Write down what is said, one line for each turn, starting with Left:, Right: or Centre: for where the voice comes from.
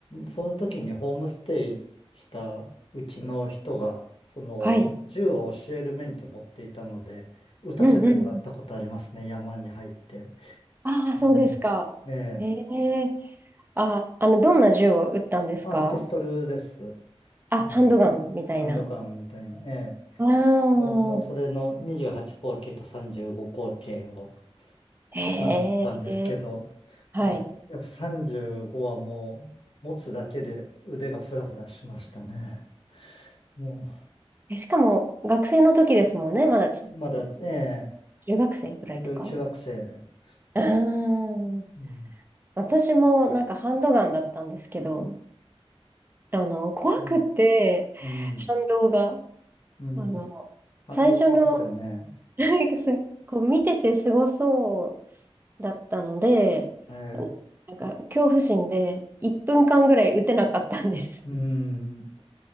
Left: その時にホームステイしたうちの人が、その銃を教える免許持っていたので、
Right: はい。
Left: 撃たせてもらったことありますね、
Right: うんうんうん。
Left: 山に入って。
Right: ああ、そうですか。
Left: ねええ、
Right: へえ。あ、あの、どんな銃を撃ったんですか
Left: あの、ピストルです。
Right: あ、
Left: ええ、
Right: ハンドガンみたいな。
Left: ハンドガンみたいな。え
Right: ああ、
Left: え、の、それの28口径と35口径を、
Right: へえ。
Left: あったんですけど、
Right: はい。
Left: やっぱ、やっぱ35はもう、持つだけで腕がフラフラしましたね。も
Right: え、しかも、学生の時ですもんね。まだち
Left: う、まだ、ね
Right: 中学生ぐらいとか。
Left: 中中学生で。
Right: ああ、
Left: うん。
Right: 私もなんかハンドガンだったんですけど、あの、怖くって、
Left: うん。うん。
Right: 反動が。
Left: うん
Right: あの、
Left: 感動ありますよね。
Right: 最初の、<laughs> すこう見ててすごそう。だったので、
Left: ええ。
Right: なんか恐怖心で1分間ぐらい打てなかったんです。
Left: うん。